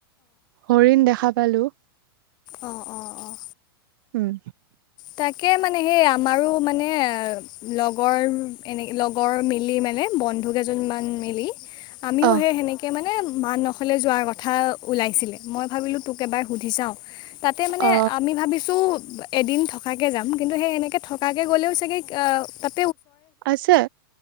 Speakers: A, on the right; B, on the left.
A: হৰিণ দেখা পালো।
B: অ', অ', অ'।
A: উম।
B: তাকে মানে সেই আমাৰো মানে, ‌লগৰ এনে, লগৰ মিলি মানে বন্ধুকেইজনমান মিলি আমিও
A: অ
B: সেই সেনেকে মানে এই মা নহলে যোৱাৰ কথা ওলাইছিলে, মই ভাবিলো তোক এবাৰ সুধি চাওঁ? তাতে মানে
A: অ
B: আমি ভাবিছো এদিন থকা থকাকে যাম। কিন্তু সেই এনেকে থকাকে গ'লেও চাগে তাত
A: আছে,